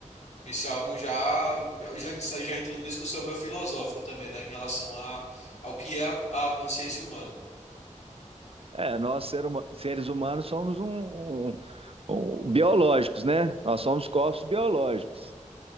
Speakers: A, on the left (about 60°); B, on the right (about 50°).
A: Isso é algo já, já, isso aí já entra numa discussão meio filosófica também, né, em relação a, ao que é a, a consciência humana.
B: É, nós, ser huma- seres humanos, somos um, um- um- um, biológicos, né? Nós somos corpos biológicos,